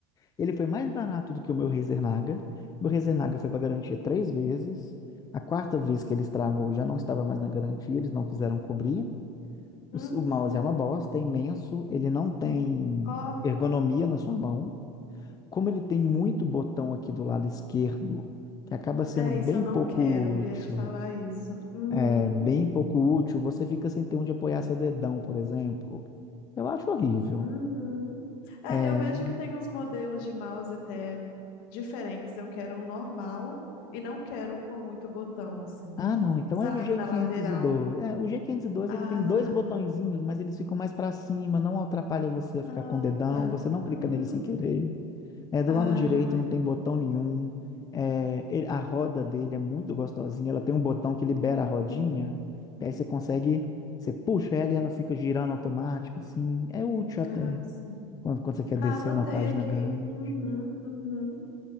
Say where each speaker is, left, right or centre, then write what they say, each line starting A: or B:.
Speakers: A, on the left; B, on the left.
A: ele foi mais barato do que o meu Razer Naga. Meu Razer Naga foi para garantia três vezes. A quarta vez que ele estragou já não estava mais na garantia, eles não quiseram cobrir.
B: Uhum.
A: O, s- o mouse é uma bosta, é imenso, ele não tem
B: Ó,
A: ergonomia na sua mão. Como ele tem muito botão aqui do lado esquerdo, que acaba sendo
B: é
A: bem
B: isso, eu não
A: pouco
B: quero.
A: útil
B: Ia te falar isso. Uhum.
A: é bem pouco útil, você fica sem ter onde apoiar seu dedão, por exemplo. Eu acho horrível.
B: Uhum. É,
A: É...
B: eu vejo que tem uns modelos de mouse até diferentes. Eu quero um normal e não quero com muito botão, assim.
A: Ah, não, então
B: Sabe,
A: é o g
B: na
A: quinhentos
B: lateral.
A: e dois É, o g quinhentos e dois
B: Ah,
A: ele tem dois
B: tá.
A: botõezinhos, mas eles ficam mais para cima, não atrapalha você a
B: Ah,
A: ficar com o dedão,
B: tá.
A: você não clica
B: Uhum.
A: nele sem querer. É, do
B: Ah,
A: lado direito
B: joia.
A: não tem botão nenhum. É, ele- a roda dele é muito gostosinha, ela tem um botão que libera
B: Uhum.
A: a rodinha,
B: Uhum.
A: e aí você consegue, você puxa ela e ela fica girando automático, assim, é útil até.
B: Ah, sim.
A: quando, quando você quer
B: Ah,
A: descer
B: anotei
A: uma página
B: aqui.
A: grande.
B: Uhum, uhum.